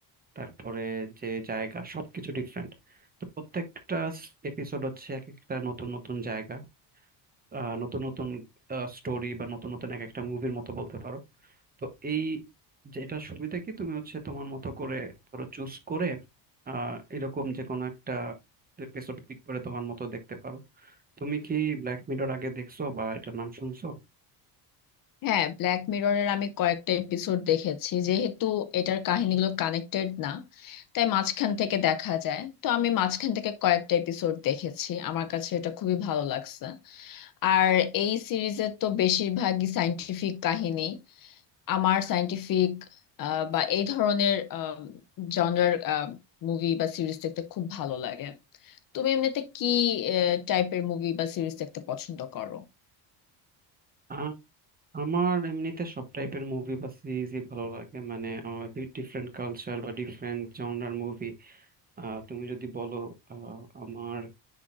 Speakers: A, on the right (about 20°); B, on the left (about 45°).
A: তারপরে যে জায়গা সবকিছু ডিফারেন্ট তো প্রত্যেকটা এপিসোড হচ্ছে এক একটা নতুন নতুন জায়গা আহ, নতুন নতুন স্টোরি বা নতুন নতুন এক একটা মুভির মতো বলতে পারো তো এই যেটা সুবিধা কি তুমি হচ্ছে তোমার মতো করে ধরো চুজ করে আহ এরকম যে কোনো একটা এপিসোড পিক করে তোমার মতো দেখতে পারো তুমি কি ব্ল্যাক মিরর আগে দেখছো বা এটার নাম শুনছো
B: হ্যাঁ ব্ল্যাক মিররের আমি কয়েকটা এপিসোড দেখেছি যেহেতু এটার কাহিনীগুলো কানেক্টেড না তাই মাঝখান থেকে দেখা যায় তো আমি মাঝখান থেকে কয়েকটা এপিসোড দেখেছি আমার কাছে এটা খুবই ভালো লাগছে আর এই সিরিজের তো বেশিরভাগই সায়েন্টিফিক কাহিনী আমার সায়েন্টিফিক বা এই ধরনের জনরার মুভি বা সিরিজ দেখতে খুব ভালো লাগে তুমি এমনিতে কি টাইপের মুভি বা সিরিজ দেখতে পছন্দ করো
A: আ- আমার এমনিতে সব টাইপের মুভি বা সিরিজই ভালো লাগে মানে ডিফারেন্ট কালচার বা ডিফারেন্ট জনরার মুভি তুমি যদি বলো আহ, আমার